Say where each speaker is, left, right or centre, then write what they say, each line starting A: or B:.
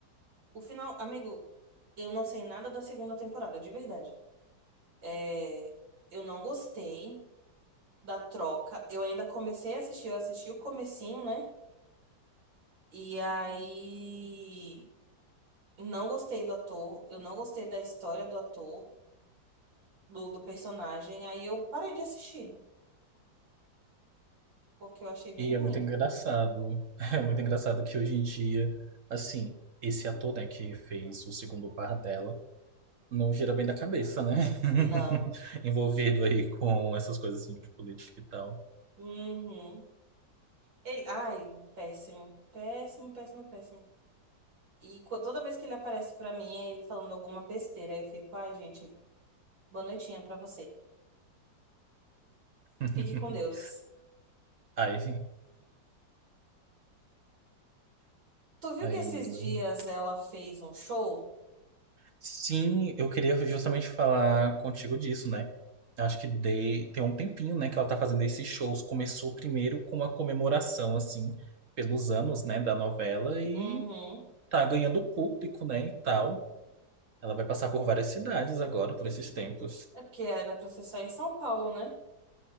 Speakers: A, on the right (about 85°); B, on the right (about 50°).
A: O final, amigo, eu não sei nada da segunda temporada, de verdade. É, eu não gostei da troca. Eu ainda comecei a assistir, eu assisti o comecinho, né? E aí não gostei do ator, eu não gostei da história do ator, do, do personagem. Aí eu parei de assistir, porque eu achei bem
B: E
A: ruim.
B: é muito engraçado. <laughs> É muito engraçado que hoje em dia, assim, esse ator, né, que fez o segundo par dela, não gira bem da cabeça, né? <laughs>
A: Não.
B: Envolvido aí com essas coisas assim de política e tal.
A: Uhum. Ele, ai, péssimo. Péssimo, péssimo, péssimo. E co- toda vez que ele aparece pra mim, é ele falando alguma besteira. Aí eu fico, ai, gente, boa noitinha pra você.
B: <laughs>
A: Fique com Deus.
B: Ai,
A: Tu viu
B: ai,
A: que esses
B: amigo.
A: dias ela fez um show?
B: Sim, eu queria justamente falar contigo disso, né? Acho que de, tem um tempinho, né, que ela tá fazendo esses shows. Começou primeiro com uma comemoração, assim, pelos anos, né, da novela e
A: Uhum.
B: tá ganhando público, né, e tal. Ela vai passar por várias cidades agora, por esses tempos.
A: É porque era pra ser só em São Paulo, né?